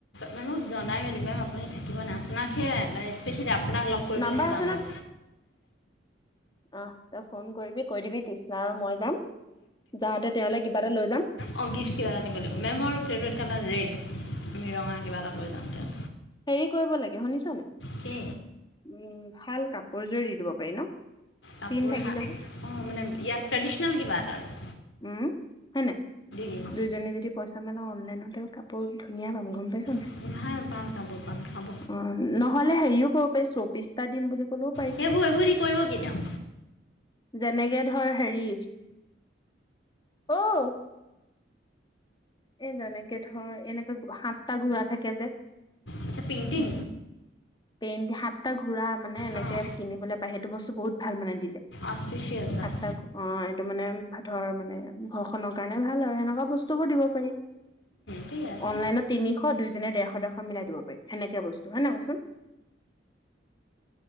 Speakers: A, on the left; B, on the left.
A: মেমক জনাই মেলিবা আপুনি থাকিব নাই আপোনাকহে মানে স্পেচিয়েলি আপোনাক লগ কৰি
B: নাম্বাৰ
A: পেলাইহে
B: আছে
A: যাম মই।
B: অ' তই ফোন কৰিবি কৈ দিবি তৃষ্ণা আৰু মই যাম, যাওঁতে তেওঁলে কিবা এটা লৈ যাম।
A: অ' গিফ্ট কিবা এটা নিব লাগিব মেমৰ ফেভৰেট কালাৰ ৰেড, আমি ৰঙা কিবা এটা লৈ যামতে।
B: হেৰি কৰিব লাগে শুনিছোনে। উম,
A: কি
B: ভাল কাপোৰ এযোৰ দি দিব পাৰি ন'।
A: কাপোৰ
B: চিন থাকি
A: হা
B: যাব
A: অ' মানে ইয়াত ট্ৰেডিচনেল কিবা এটা আৰূ।
B: উম, হয় নাই,
A: দিম
B: দুইজনে যদি পইচ তাৰমানে অনলাইনতে কাপোৰ ধুনীয়া পাম গম পাইছোঁ নাই?
A: আৰু ভাল ভাল কাপোৰ পাম হ'ব
B: অ' নহ'লে হেৰিও ক'ব পাৰি চৌবিশটা দিম বুলি ক'লেও পাৰি
A: সেইবোৰ এইবোৰ কৰিব কি তেওঁ।
B: যেনেকে ধৰ হেৰি <unintelligible> এ যেনেকে ধৰ এনেকে সাতটা ঘোৰা থাকে যে।
A: আচ্ছা পেইণ্টিং।
B: পেইণ্ট সাত সাতটা ঘোৰা মানে এনেকে
A: অঁ
B: কিনিবলৈ পায় সেইটো বস্তু বহুত ভাল মানে দিলে,
A: অস্পিচিয়াছ হয়
B: সাতটা অ' এইটো মানে ধৰ মানে ঘৰখনৰ কাৰণে ভাল আৰু সেনেকুৱা বস্তুবোৰ দিব পাৰি।
A: ঠিক আছে
B: অনলাইনত তিনিশ দুইজনীয়ে ডেৰশ ডেৰশ মিলাই দিব পাৰি সেনেকে বস্তু হয় ন' কোচোন।